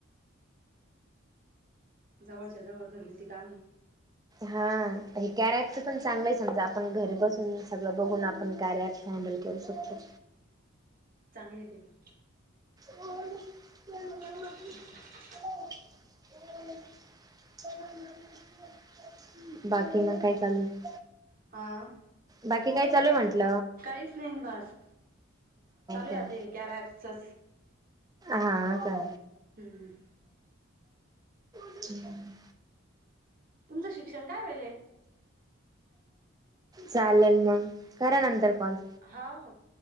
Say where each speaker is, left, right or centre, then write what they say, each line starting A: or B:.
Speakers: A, on the right; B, on the right.
A: जवळच्या जवळ घरगुती काम ये.
B: हा हे कॅर ऍप च पण चांगलंय समजा आपण घरी बसून सगळं बघून आपण कार्य ऍप हँडल करू शकतो.
A: चांगलंय ते पण.
B: आलू ले लो‌.
A: <inaudible>
B: <unintelligible> बाकी मंग काय चालू आहे?
A: आ.
B: बाकी काय चालू आहे म्हंटल.
A: काहीच नाही बास. चालू
B: का
A: आता हे कॅर ऍपच च.
B: हा का?
A: हम्म.
B: हम्म.
A: तुम्हीचे शिक्षण काय वायले?
B: चालेल मंग करा नंतर कॉल.
A: हाव.